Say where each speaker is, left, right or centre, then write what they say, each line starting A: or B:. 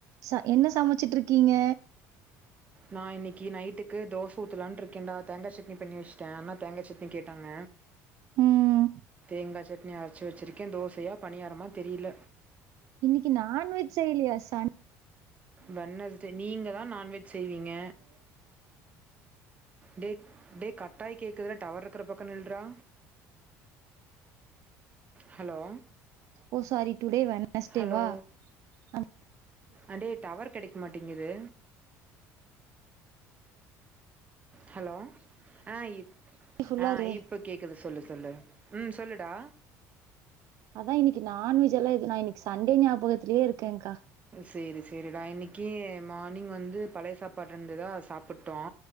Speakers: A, on the right; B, on the right.
A: ச என்ன சமைச்சிட்ருக்கீங்க
B: நா இன்னிக்கு நைட்டுக்கு தோச ஊத்தலானு இருக்கேன்டா தேங்காச்சட் ரெடி பண்ணி வச்சட்ட ஆனா தேங்காச்சட் டு கேட்டாங்க
A: ம்
B: தேங்கா சட்னி அரச்சி வச்சிருக்கே தோசையா பனியாரமா தெரியில
A: இன்னிக்கு நான்வெஜ் செய்லையா சன்
B: வென்னஸ்டே நீங்க தா நான்வெ செய்வீங்க டே டே கட்டாயி கேக்குதுறா டவர் இருக்குற பக்கோ நில்றா ஹலோ
A: ஒ சாரி டுடே வெனஸ்டே
B: ஹலோ
A: வா அ
B: அடே டவர் கெடைக் மாட்டிங்கிது ஹலோ ஆ இப்
A: ஃபுல்லா
B: ஆ
A: இருக்கே
B: இப்ப கேக்குது சொல்லு சொல்லு ம் சொல்லுடா
A: அதா இன்னைக்கு நான்வெஜ் எல்லா எது நா இன்னைக்கு சண்டே ஞாபகத்திலியே இருக்க கா
B: செரி செரிடா இன்னிக்கி மானிங் வந்து பழய சாப்பாட்ருந்ததா அத சாப்புட்டோ